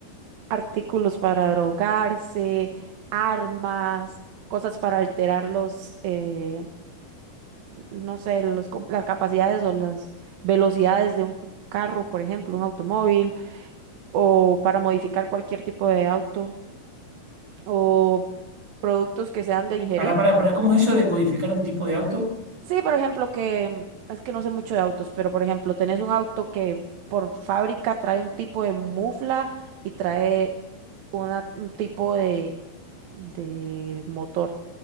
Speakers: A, on the right; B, on the right.
A: artículos para drogarse, armas, cosas para alterar los, eh, no sé, los com- las capacidades o las velocidades de un carro, por ejemplo, un automóvil, o para modificar cualquier tipo de auto, o productos que sean de ingerir.
B: Para, para, para, ¿cómo es eso de modificar un tipo de auto?
A: Sí, por ejemplo, que mm, es que no sé mucho de autos, pero por ejemplo, tenés un auto que por fábrica trae un tipo de mufla y trae una, un tipo de, de motor.